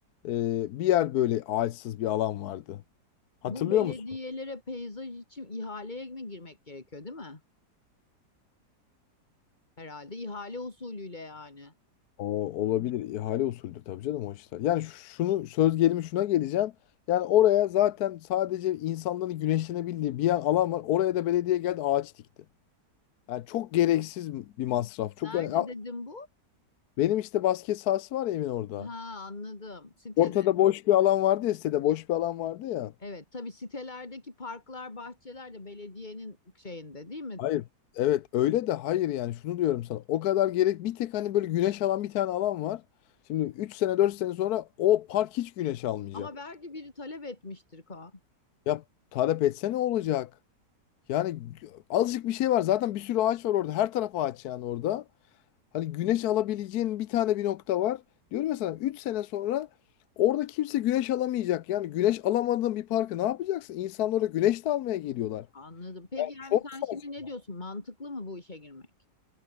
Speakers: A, on the left; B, on the left.
A: e, bir yer böyle ağaçsız bir alan vardı. Hatırlıyor
B: Bu belediyelere
A: musun?
B: peyzaj için ihaleye mi girmek gerekiyor, değil mi? Herhalde ihale usulüyle yani.
A: O olabilir. İhale usulüdür tabii canım o işler. Yani şunu söz gelimi şuna geleceğim. Yani oraya zaten sadece insanların güneşlenebildiği bir yer alan var. Oraya da belediye geldi ağaç dikti. Yani çok gereksiz bir masraf. Çok
B: Nerede
A: yani ya
B: dedim bu?
A: benim işte basket sahası var ya evin orada.
B: Ha anladım. Sitede.
A: Ortada boş bir alan vardı ya sitede boş bir alan vardı ya.
B: Evet tabii sitelerdeki parklar, bahçeler de belediyenin şeyinde değil mi?
A: Hayır. Evet öyle de hayır yani şunu diyorum sana. O kadar gerek bir tek hani böyle güneş alan bir tane alan var. Şimdi 3 sene 4 sene sonra o park hiç güneş almayacak.
B: Ama belki biri talep etmiştir Kaan.
A: Ya talep etse ne olacak? Yani azıcık bir şey var. Zaten bir sürü ağaç var orada. Her taraf ağaç yani orada. Hani güneş alabileceğin bir tane bir nokta var. Diyorum ya sana 3 sene sonra orada kimse güneş alamayacak. Yani güneş alamadığın bir parkı ne yapacaksın? İnsanlar oraya güneş de almaya geliyorlar.
B: Anladım. Peki yani
A: Çok
B: sen
A: saçma.
B: şimdi ne diyorsun? Mantıklı mı bu işe girmek?